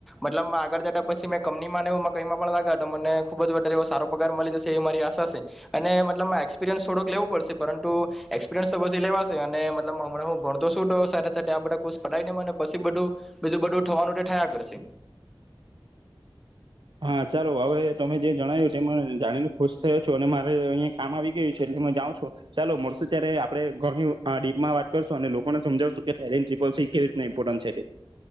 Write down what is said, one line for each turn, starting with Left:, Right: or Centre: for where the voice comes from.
Centre: મતલબમા આગળ જતા પછી મે કંપની માંને એવુંમા કઈમાં પણ લાગ્યા તો મને ખુબ જ વધારે એવો સારો પગાર મળી જશે એ મારી આશા છે અને મતલબ એક્સપિરિયન્સ થોડોક લેવું પડશે પરંતુ એક્સપિરયન્સ તો પછી લેવાશે અને મતલબમા હમણાં હું ભણતો શું તો સાથે સાથે આ બધા કોષ પતાય દેમ અને પછી બધું બીજું બધું થવાનું થયા કરશે.
Right: હા ચાલો હવે તમે જે જણાવ્યું તે જાણીને ખુશ થયો છો અને મારે અહીંયા કામ આવી ગયું છે એટલે જાઉં છો ચાલો મળશુ ત્યારે આપણે ઘણી ડીપમાં વાત કરશું અને લોકોને સમજાવશું કે થેરીલ ટ્રીપલ સી કેવી રીતના ઇમ્પોર્ટન્ટ છે તે